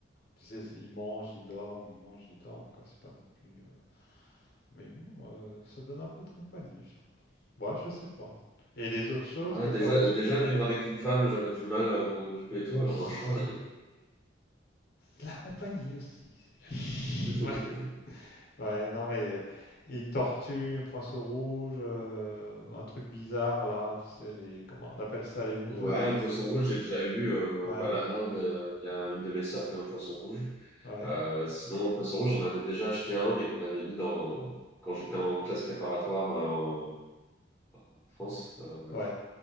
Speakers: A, on the left; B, in the centre.
A: tu sais, c'est ils mangent, ils dorment, ils mangent, ils dorment, quoi. C'est pas non plus, heu, mais bon, heu, ça donne un peu de compagnie, je trouve. Ouais, je sais pas. Et les autres choses,
B: Ouais,
A: des
B: déjà,
A: tortues
B: déjà,
A: ouais.
B: vivre avec une femme, j'avais du mal à m'en occuper et tout, alors
A: Oh,
B: un chat.
A: de La compagnie aussi, c'est bien. <laughs>
B: <laughs>
A: Ouais, ouais, non, mais, heu, une tortue, un poisson rouge, heu, un truc bizarre là, tu sais les comment on appelle ça? Les nouveaux
B: Ouais,
A: amis.
B: un poisson rouge, j'ai déjà eu. Euh,
A: ouais,
B: bah là, là, euh, il y a une de mes sœurs qui a un poisson rouge.
A: ouais,
B: Euh, sinon, un poisson rouge, j'en avais déjà acheté un, mais qu'on avait mis dans quand j'étais en classe préparatoire euh, en, en France. euh,
A: ouais.